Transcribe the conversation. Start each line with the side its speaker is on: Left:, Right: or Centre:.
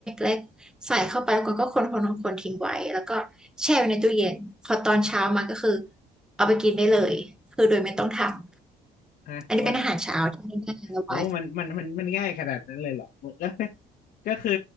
Centre: ล็กๆใส่เข้าไปแล้วคนก็คนๆนคนคนทิ้งไว้แล้วก็แช่ไว้ในตู้เย็นพอตอนเช้ามาก็คือเอาไปกินได้เลยคือโดยไม่ต้องทำอันนี้เป็นอาหารเช้าที่ง่ายๆและไว
Left: ฮะมันโหมันมันมันมันง่ายขนาดนั้นเลยเหรอแล้ว <laughs> ก็คือ